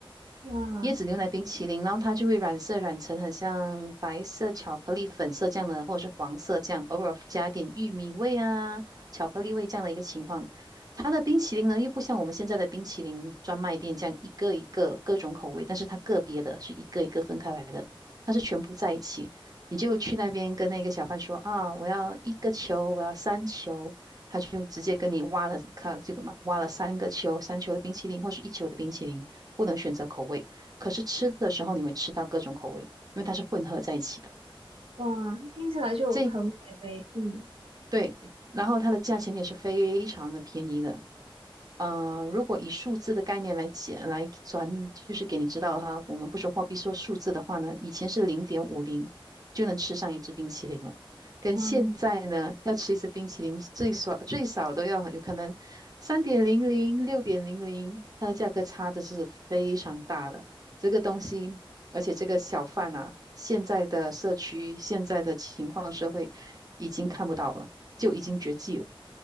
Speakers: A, on the right (about 90°); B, on the right (about 45°).
A: 哇
B: 椰子牛奶冰淇淋，然后它就会染色染成很像白色巧克力粉色这样的，或者是黄色这样，偶尔加一点玉米味啊、巧克力味这样的一个情况。它的冰淇淋呢，又不像我们现在的冰淇淋专卖店这样一个一个各种口味，但是它个别的是一个一个分开来的，它是全部在一起。你就去那边跟那个小贩说啊，我要一个球，我要三球，他就直接跟你挖了，看这个嘛，挖了三个球，三球的冰淇淋或是一球的冰淇淋，不能选择口味。可是吃的时候你会吃到各种口味，因为它是混合在一起的。
A: 哇，听起来就很美味。
B: 这
A: 嗯
B: 对，然后它的价钱也是非常的便宜的，呃，如果以数字的概念来解来转，就是给你知道哈，我们不说货币，说数字的话呢，以前是零点五零就能吃上一支冰淇淋了，跟现在呢，
A: 嗯
B: 要吃一支冰淇淋最少最少都要有可能三点零零、六点零零，它的价格差的是非常大的。这个东西，而且这个小贩啊，现在的社区、现在的情况、社会已经看不到了，就已经绝迹了。